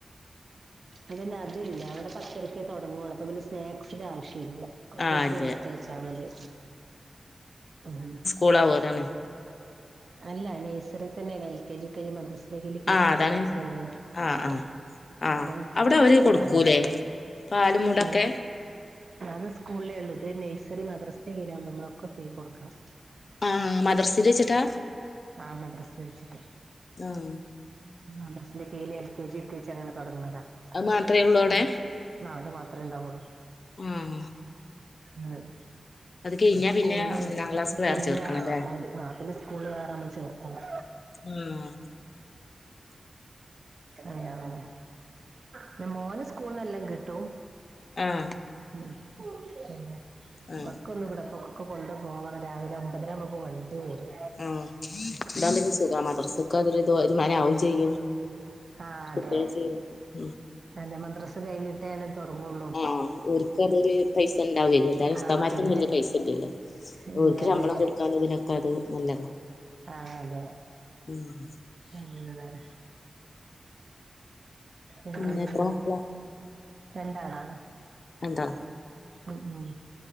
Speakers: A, on the right (about 60°); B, on the left (about 60°).
A: ഇത് പിന്നെ അത് ഇല്ല അവിടെ പത്തരക്കേ തുടങ്ങുവൊള്ള് അപ്പൊ പിന്നെ സ്നാക്സിന്റെ ആവശ്യം ഇല്ല
B: ആഹ്
A: ഫുഡ്
B: ഇല്ല
A: കൊടുത്തയച്ചാൽ മതി ഉം ഉം
B: പുലാവ് അതാണ്
A: അല്ല നഴ്സറിൽ തന്നെയാണ് എൽ കെ ജി മദ്രസ നഖേൽ ഫീസ്
B: ആഹ്
A: എടുത്ത്
B: അതാണ്
A: പഠിക്കാണ്
B: ആഹ്
A: ആഹ
B: ആഹ് ആഹ്
A: പിന്നെ സ്കൂളില്
B: അവിടെ അവര്
A: ഇവിടെ
B: കൊടുക്കൂലേ
A: വേണ്ട
B: പാലും മുടൊക്കെ
A: ഉം അത് സ്കൂളിലെ ഉള്ളൂ നഴ്സറി മദ്രസ കീഴിലാകുമ്പോ നമ്മളൊക്കെ ഫീ കൊടുക്കണം
B: ആഹ് മദ്രസിൽ വെച്ചിട്ടാ
A: ആഹ മദ്രസ വെച്ചിട്ട്
B: ആഹ്
A: ക്ലസിന്റെ കീയില് എൽ കെ ജി ടീച്ചറാണ്ട് തൊടങ്ങുന്നതാ
B: അത് മാത്രേ ഉള്ളൂ
A: സ്കൂള്
B: അവിടെ
A: നാകെ മാത്രേ ഇണ്ടാവുള്ളൂ
B: ആഹ്
A: ഉം
B: അത് കഴിഞ്ഞാ
A: സ്കൂളില്
B: പിന്നെ ഒന്നാം ക്ലാസ്ക്ക്
A: പിന്നെ
B: വേറെ ചേർക്കണം
A: ആഹ്
B: ല്ലേ
A: ആഹ് പിന്നെ സ്കൂള് വേറെ നമ്മൾ ചേർത്തണം
B: മ്മ്
A: ആഹ് പിന്നെ മോന് സ്കൂളിനെല്ലാം കിട്ടും
B: ആഹ
A: ഉം പിന്നെ
B: ആഹ്
A: ഇവക്കൊന്നും വിടെ പോ കൊണ്ട് പോവണം രാവിലെ ഒമ്പതരാകുമ്പോക്ക് വണ്ടി വരും
B: ഉം ന്നാ പിന്നെ സുഖമാണ് മദ്രസ്ക്ക് അതൊരു വരുമാനം ആകും ചെയ്യും
A: ആഹ് അതെ
B: കുട്ടികൾ ചേരും ഉം
A: അതെ മദ്രസ കഴിഞ്ഞിട്ടേ ത് തൊടങ്ങൊള്ളൂ
B: ആഹ് ഓര്ക്ക് അതൊരു പൈസ ഉണ്ടാവൊല്ലോ ഉസ്താദ്
A: ആഹ്
B: മാർക്കൊന്നും
A: അതെ
B: വലിയ പൈസ ഇല്ലല്ലോ
A: ഇല്ല
B: ഓര്ക്ക് ശമ്പളം
A: അതെ
B: കൊടുക്കാൻ ഇതിനൊക്കെ അത് നല്ലതാ
A: ആഹ് അതെ
B: ഉം
A: അങ്ങനെതാണ് <inaudible>
B: പിന്നെ എത്ര മക്കളാ
A: രണ്ടാളാണ്
B: രണ്ടാളാ
A: ഉം ഉം